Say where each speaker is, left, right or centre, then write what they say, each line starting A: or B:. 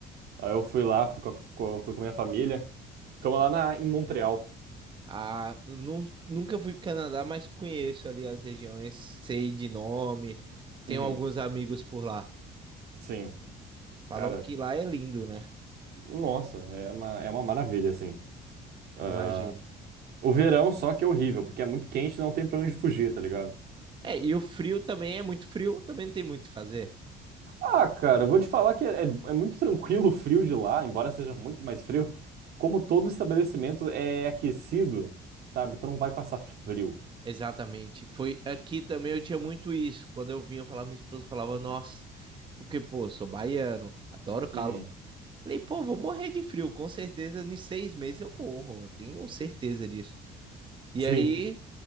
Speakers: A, on the right; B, on the right.
A: Aí eu fui lá, fui com, a- com- fui com a minha família. Ficamos lá na, em Montreal.
B: Ah, nu- nunca fui pro Canadá, mas conheço ali as regiões, sei de nome, tenho
A: Uhum,
B: alguns amigos por lá.
A: sim.
B: Falam
A: Cara,
B: que lá é lindo, né?
A: nossa, é uma, é uma maravilha, assim. Ah,
B: Imagino.
A: o verão só que é horrível, porque é muito quente e não tem pra onde fugir, tá ligado?
B: É, e o frio também é muito frio, também não tem muito o que fazer.
A: Ah, cara, eu vou te falar que é, é muito tranquilo o frio de lá, embora seja muito mais frio. Como todo estabelecimento é aquecido, sabe? Tu não vai passar frio.
B: Exatamente. Foi aqui também eu tinha muito isso. Quando eu vinha eu falava, minha esposa falava, nossa, porque, pô, sou baiano, adoro calor.
A: Uhum.
B: Falei, pô, vou morrer de frio, com certeza, em seis meses eu morro, eu tenho certeza disso. E
A: Sim,
B: aí.